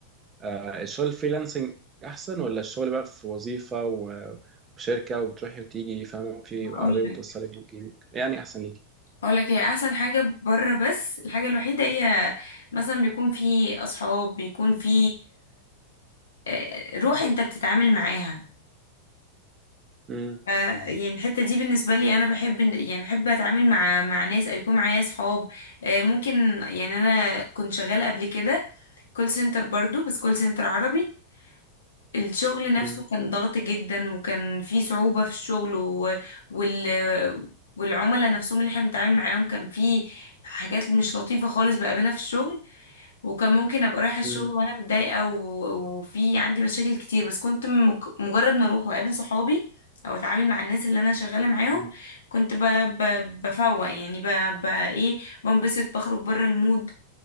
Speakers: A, on the right; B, on the left.
A: آه الشغل الفريلانسنج احسن ولا الشغل بقى في وظيفة و- وشركة وبتروحي وتيجي فاهمة في عربية
B: اقول لك
A: بتوصلك وتجيبك يعني احسن ليكي
B: اقول لك هي احسن حاجة بره بس الحاجة الوحيدة هي مثلا بيكون في اصحاب بيكون في آه، روح انت بتتعامل معاها
A: مم.
B: ف- يعني الحتة دي بالنسبة لي انا بحب إن- يعني بحب اتعامل مع مع ناس او يكون معايا صحاب آه، ممكن يعني انا كنت شغالة قبل كده كول سنتر برضو بس كول سنتر عربي الشغل نفسه
A: مم.
B: كان ضغط جدا وكان فيه صعوبة في الشغل و... وال والعملاء نفسهم اللي احنا بنتعامل معاهم كان فيه حاجات مش لطيفة خالص بقابلها في الشغل وكان ممكن ابقى رايحه الشغل
A: مم.
B: وانا متضايقه و- وفي عندي مشاكل كتير بس كنت مك- مجرد ما اروح واقابل صحابي او اتعامل مع الناس اللي انا شغاله معاهم
A: مم.
B: كنت ب... ب... بفوق يعني ب... ب... ايه بنبسط بخرج بره المود